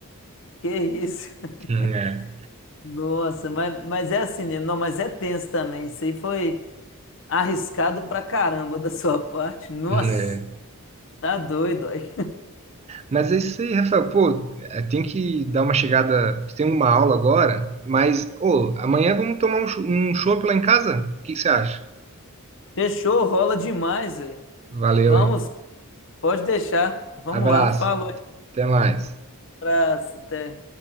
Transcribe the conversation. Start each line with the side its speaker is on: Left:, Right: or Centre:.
Left: Que isso? <laughs>
Right: Hum, É,
Left: Nossa, mas, mas é assim mesmo. Não, mas é tenso também. Isso aí foi arriscado pra caramba da <laughs> sua parte. Nossa,
Right: hum, é.
Left: tá doido aí.
Right: Mas é isso aí, Rafael. Pô, é, tem que dar uma chegada, porque tem uma aula agora, mas ô, amanhã vamos tomar um, chu- um chopp lá em casa? O que que você acha?
Left: Fechou, rola demais, velho.
Right: Valeu
Left: Vamos,
Right: aí.
Left: pode deixar. Vamos
Right: Abraço.
Left: lá, falou.
Right: Até mais.
Left: Abraço, até.